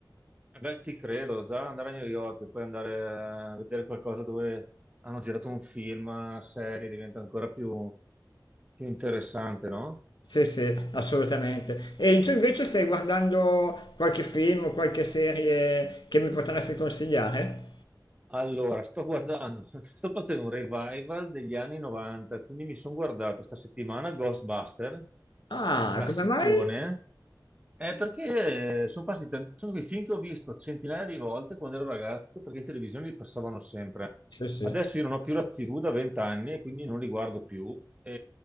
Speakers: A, on the right; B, on the left.
A: Beh, ti credo, già andare a New York e poi andare a vedere qualcosa dove hanno girato un film, una serie, diventa ancora più, più interessante, no?
B: Sì, sì, assolutamente. E tu invece stai guardando qualche film o qualche serie che mi potresti consigliare?
A: Allora, sto guardando, <laughs> sto facendo un revival degli anni 90, quindi mi sono guardato sta settimana Ghostbuster,
B: Ah,
A: classicone,
B: come mai?
A: è perché sono passati tan- sono quei film che ho visto centinaia di volte quando ero ragazzo, perché in televisione li passavano sempre.
B: Sì, sì.
A: Adesso io non ho più la TV da vent'anni e quindi non li guardo più e